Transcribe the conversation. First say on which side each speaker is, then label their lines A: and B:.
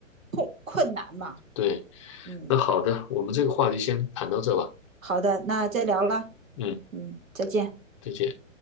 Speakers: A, on the right; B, on the left.
A: 困困难嘛。
B: 对。
A: 嗯，
B: 那好的，我们这个话题先谈到这吧。
A: 好的，那再聊了，
B: 嗯，
A: 嗯，再见。
B: 再见。